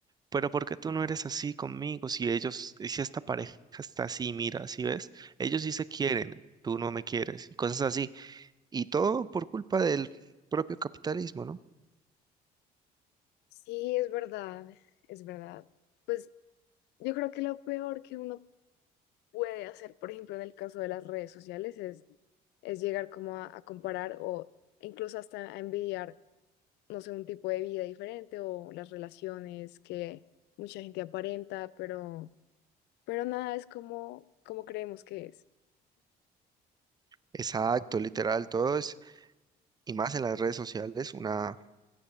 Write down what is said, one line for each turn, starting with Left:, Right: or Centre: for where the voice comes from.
Right: pero ¿por qué tú no eres así conmigo? Si ellos, si esta pareja está así, mira, ¿sí ves? Ellos sí se quieren, tú no me quieres, y cosas así. Y todo por culpa del propio capitalismo, ¿no?
Left: sí, es verdad, es verdad. Pues yo creo que lo peor que uno puede hacer, por ejemplo, en el caso de las redes sociales, es, es llegar como a, a comparar o incluso hasta a envidiar, no sé, un tipo de vida diferente o las relaciones que mucha gente aparenta, pero, pero nada es como, como creemos que es.
Right: Exacto, literal, todo es, y más en las redes sociales, una